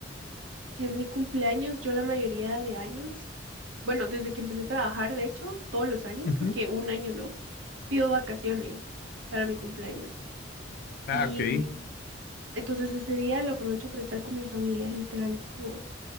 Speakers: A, on the right (about 85°); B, on the left (about 55°).
A: si es mi cumpleaños, yo la mayoría de años, bueno, desde que empecé a trabajar, de hecho, todos los años,
B: Ujú.
A: creo que un año, ¿no? pido vacaciones para mi cumpleaños.
B: Ah,
A: Y
B: ok.
A: entonces este día lo aprovecho para estar con mi familia, literal, es como